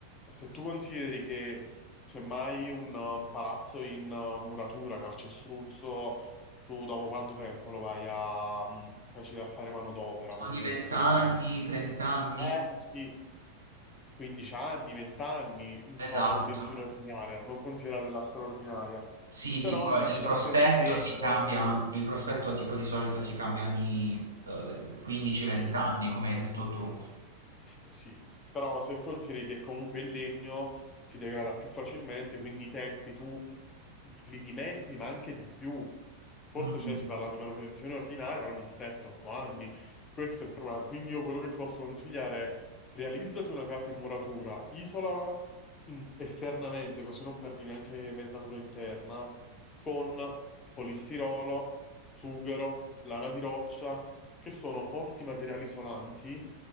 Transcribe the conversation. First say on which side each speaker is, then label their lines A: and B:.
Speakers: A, on the left; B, on the right.
A: se tu consideri che semmai un, uh, un palazzo in uh, muratura, calcestruzzo, tu dopo quanto tempo lo vai a, mm, poi ci vai a fare manodopera, manutenzione?
B: ogni 20 anni, 30 anni,
A: Eh sì, 15 anni, 20 anni, diciamo
B: esatto.
A: manutenzione ordinaria, non considerare la straordinaria.
B: Sì,
A: Però
B: sì, poi
A: nelle abitazioni
B: il prospetto
A: in legno,
B: si cambia, il prospetto tipo di solito si cambia ogni 15-20
A: sì,
B: anni, come hai detto tu.
A: Sì, però se consideri che comunque il legno si degrada più facilmente, quindi i tempi tu mm, mm, li dimezzi, ma anche di più. Forse
B: Mm.
A: cioè, si parla di manutenzione ordinaria ogni 7-8 anni. Questo è il problema. Quindi io quello che ti posso consigliare è realizzati una casa in muratura, isolala in- esternamente, così non perdi neanche metratura interna, con polistirolo, sughero, lana di roccia che sono forti materiali isolanti,